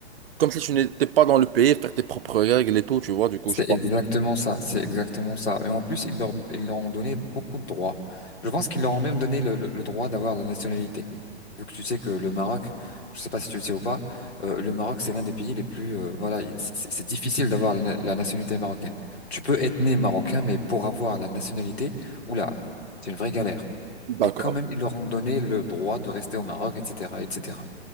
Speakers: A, on the right; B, on the left.
A: comme si tu n'étais pas dans le pays, faire tes propres règles et tout, tu vois, du coup,
B: C'est
A: je pense.
B: exactement ça, c'est exactement ça. Et en plus, ils leur, ils leur ont donné beaucoup de droits. Je pense qu'ils leur ont même donné le, le- le droit d'avoir la nationalité. Vu que tu sais que le Maroc, je sais pas si tu le sais ou pas, euh, le Maroc, c'est l'un des pays les plus... euh, voilà, il- c'est c'est- c'est difficile d'avoir la, na- la nationalité marocaine. Tu peux être né marocain, mais pour avoir la nationalité, oula, c'est une vraie galère.
A: D'accord.
B: Et quand même, ils leur ont donné le droit de rester au Maroc, etc., etc.